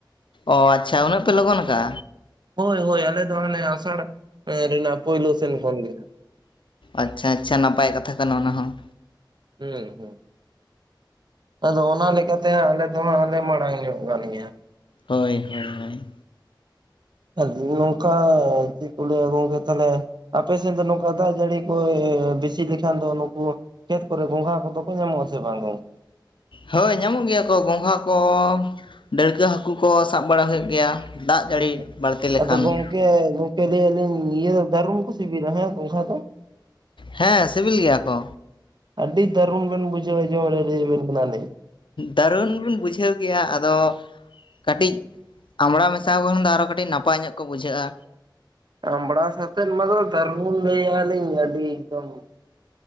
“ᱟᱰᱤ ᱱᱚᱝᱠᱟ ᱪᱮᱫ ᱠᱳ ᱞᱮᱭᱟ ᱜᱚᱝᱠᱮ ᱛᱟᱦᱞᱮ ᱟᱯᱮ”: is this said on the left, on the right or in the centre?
Right